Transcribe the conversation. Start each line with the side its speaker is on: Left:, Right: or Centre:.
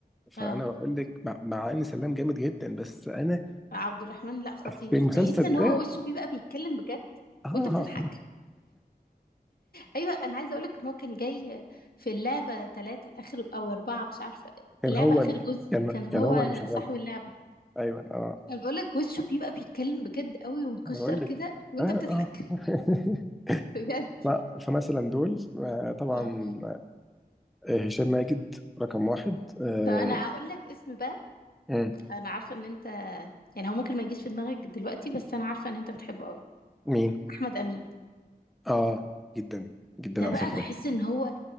Centre: فانا
Left: اه
Centre: بقول لك مع, مع ان سلام جامد جدا بس انا
Left: عبد الرحمن لا خطير
Centre: في المسلسل
Left: تحس ان
Centre: ده
Left: هو وشه بيبقى بيتكلم بجد
Centre: اه
Left: وانت بتضحك ايوه انا عايزه اقولك ان هو كان جاي في اللعبه ثلاثه اخر او اربعه مش عارفه
Centre: كان
Left: اللعبه
Centre: هو
Left: اخر
Centre: ال...
Left: جزء
Centre: كان
Left: كان هو
Centre: كان هو اللي مشغلها
Left: صاحب اللعبه
Centre: ايوه اه
Left: انا بقولك وشه بيبقى بيتكلم بجد قوي ومكشر
Centre: انا بقول
Left: كده
Centre: لك
Left: وانت
Centre: اه
Left: بتضحك
Centre: اه <laughs>
Left: <laughs> بجد
Centre: لا فمثلا دول آه، طبعا
Left: اه
Centre: آه، هشام ماجد رقم واحد آه،
Left: طب انا اقول لك اسم بقى
Centre: مم.
Left: انا عارفه ان انت يعني هو ممكن ما يجيش في دماغك دلوقتي بس انا عارفه ان انت بتحبه قوي
Centre: مين؟
Left: احمد امين
Centre: اه جدا جدا
Left: ده
Centre: على
Left: بقى
Centre: فكرة
Left: بحس ان هو